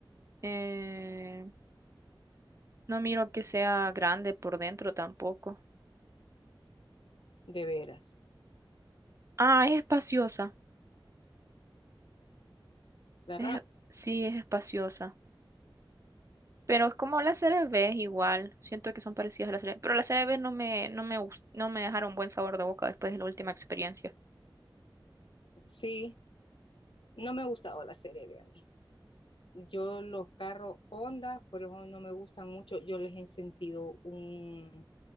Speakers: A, on the right (about 35°); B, on the left (about 80°).
A: eh, no miro que sea grande por dentro tampoco.
B: de veras.
A: Ah, es espaciosa.
B: La
A: Es-
B: Rap,
A: sí, es espaciosa. Pero es como la Serie B igual. Siento que son parecidas a la CRV. Pero la Serie B no me, no me, gust- no me dejaron buen sabor de boca después de la última experiencia.
B: sí. No me ha gustado la serie B a mí. Yo los carros Honda, por eso no me gustan mucho, yo les he sentido un,